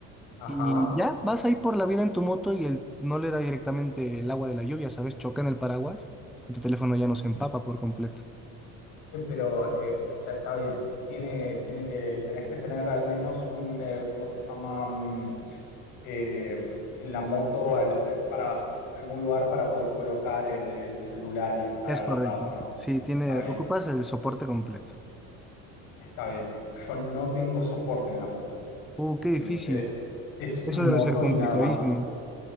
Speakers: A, on the left; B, in the centre.
A: Ajá,
B: y ya vas ahí por la vida en tu moto y el, no le da directamente el agua de la lluvia, ¿sabes? Choca en el paraguas y tu teléfono ya no se empapa por completo.
A: eh, pero, eh, o sea, está bien. Tiene, tiene que, tenés que tener al menos un, eh, ¿cómo se llama? Mm, eh, en la moto al- eh, para algún lugar para poder colocar el, el celular y estar
B: Es
A: agarrado,
B: correcto.
A: ¿no?
B: Sí, tiene,
A: Está bien,
B: ocupas el soporte completo.
A: está bien. Yo no tengo soporte en la moto.
B: Uh, qué
A: Tengo,
B: difícil.
A: es, es
B: Eso
A: moto
B: debe ser complicadísimo.
A: y nada más.